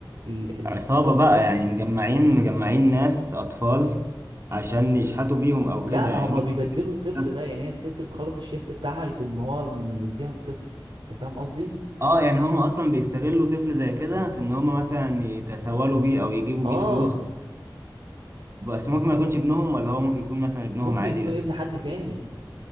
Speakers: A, on the right; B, on the right.
A: ال- ال-
B: عصابة
A: الطفل
B: بقى
A: ده
B: يعني مجمعين مجمعين ناس أطفال عشان يشحتوا بيهم أو
A: لا
B: كده يعني
A: هما
B: ممكن
A: بيبدلوا الطفل
B: ده
A: ده يعني هي الست بتخلص الشيفت بتاعها يتم هو م- مديها الطفل انت فاهم قصدي
B: اه يعني هم أصلا بيستغلوا طفل زي كده في إن هم مثلا يتسولوا بيه أو يجيبوا
A: اه
B: بيه فلوس بس ممكن ما يكونش ابنهم ولا هو ممكن يكون مثلا ابنهم
A: ممكن
B: عادي
A: يكون
B: بس
A: ابن حد تاني